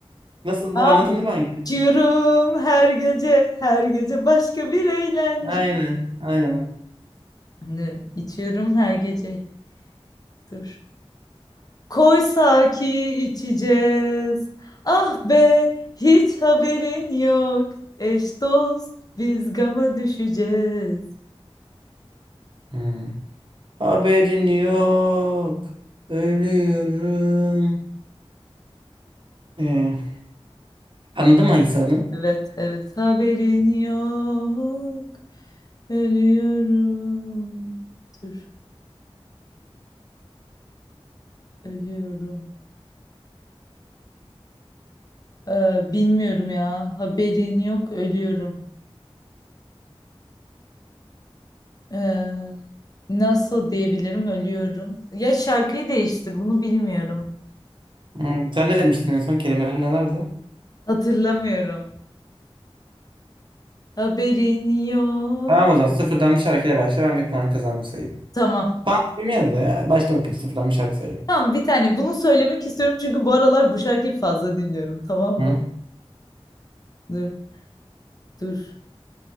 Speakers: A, on the right; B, on the left.
A: Nasıldı?
B: Ah,
A: Anladın değil mi hangi?
B: içiyorum her gece her gece başka bir eğlence.
A: Aynen. Aynen.
B: Dur, içiyorum her gece. Dur. Koysa ki içeceğiz. Ah be hiç haberin yok. Eş dost biz gama düşeceğiz.
A: Hı. Haberin yok. Ölüyorum. Ee, anladın mı hangisi adını?
B: Evet, evet. Haberin yok. Ölüyorum. Dur, ölüyorum. Ee, bilmiyorum ya. Haberin yok, ölüyorum. Ee, nasıl diyebilirim, ölüyorum. Ya şarkıyı değiştir, bunu bilmiyorum.
A: Hmm, sen ne demiştin en son kelimeleri nelerdi?
B: Hatırlamıyorum. Haberin yok.
A: Tamam o zaman sıfırdan bir şarkıyla başla ben bir puan kazandım sayayım.
B: Tamam.
A: Puan sayayım da ya. Başla bakayım sıfırdan bir şarkı sayayım.
B: Tamam, bir tane. Bunu söylemek istiyorum çünkü bu aralar bu şarkıyı fazla dinliyorum. Tamam mı?
A: Hı?
B: Dur, dur.